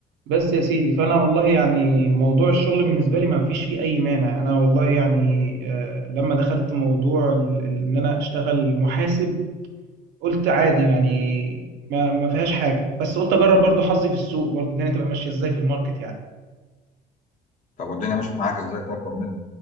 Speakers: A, on the right (about 80°); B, on the left (about 50°).
A: بس يا سيدي فانا والله يعني موضوع الشغل بالنسبه لي ما فيش فيه اي مانع انا والله يعني آه، لما دخلت موضوع ال- ال- ان انا اشتغل محاسب قلت عادي يعني ما ما فيهاش حاجه بس قلت اجرب برضو حظي في السوق برضو الدنيا تبقى ماشيه ازاي في الماركت يعني
B: طب والدنيا مشيت معاك ازاي طب طمني